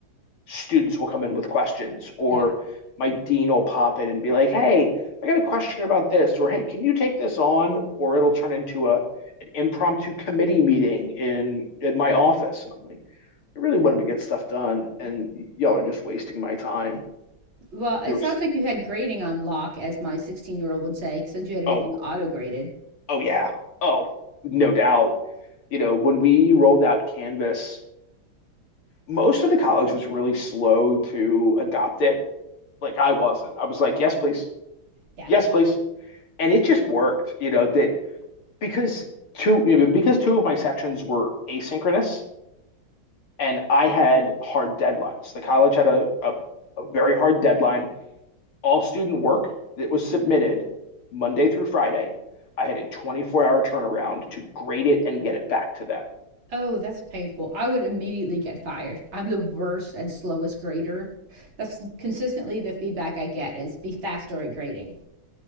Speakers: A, on the left (about 80°); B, on the right (about 65°).
A: students will come in with questions, or
B: Yep.
A: my dean will pop in and be like, hey, I got a question about this, or hey, can you take this on? Or it'll turn into a an impromptu committee meeting in in my office. And I'm like, I really wanted to get stuff done, and
B: Yeah.
A: y'all are just wasting my time.
B: Yeah. Well, it
A: There was
B: sounds like you had grading on lock, as my 16 year old would say, since you had everything
A: oh,
B: auto graded.
A: oh yeah, oh, no doubt. You know, when we rolled out Canvas most of the college was really slow to adopt it. Like I wasn't. I was like, yes, please,
B: Yeah.
A: yes, please, and it just worked. You know that because two you know, because two of my sections were asynchronous, and I had hard deadlines. The college had a, a, a very hard deadline. All student work that was submitted Monday through Friday, I had a 24 hour turnaround to grade it and get it back to them.
B: Oh, that's painful. I would immediately get fired. I'm the worst and slowest grader. That's consistently the feedback I get is be faster at grading.